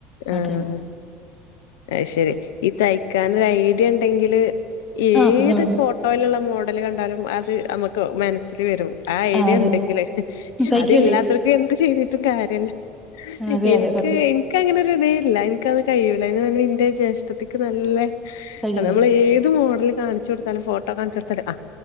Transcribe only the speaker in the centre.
അതന്നെ
ആഹ് പിന്നെ നമുക്ക്
ആഹ് അതെ
തയ്ക്കുവല്ലേ
ആഹ് അതെ
അതെ സത്യം
കഴിവാണ്